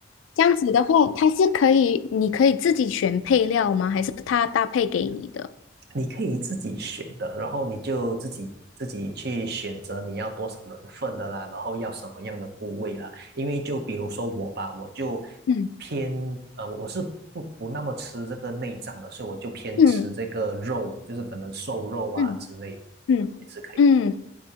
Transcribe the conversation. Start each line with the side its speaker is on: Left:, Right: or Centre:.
Left: 这样子的话，它是可以，你可以自己选配料吗？还是它搭配给你的？
Right: 你可以自己选的，然后你就自己自己去选择你要多少人份的啦，然后要什么样的部位啦。因为就比如说我吧，我就
Left: 嗯
Right: 偏呃，我我是不不那么吃这个内脏的，所以我就偏吃这个肉，
Left: 嗯
Right: 就是可能瘦肉啊之类的，
Left: 嗯嗯嗯，
Right: 也是可以。